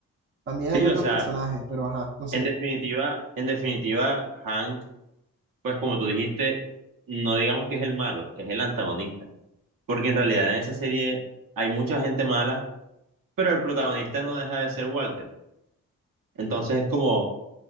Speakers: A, on the right; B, on the right.
A: También
B: Sí,
A: hay otros
B: o sea,
A: personajes, pero ajá, no sé.
B: en definitiva, en definitiva, Hank, pues como tú dijiste, no digamos que es el malo, es el antagonista, porque en realidad en esa serie hay mucha gente mala, pero el protagonista no deja de ser Walter. Entonces es como,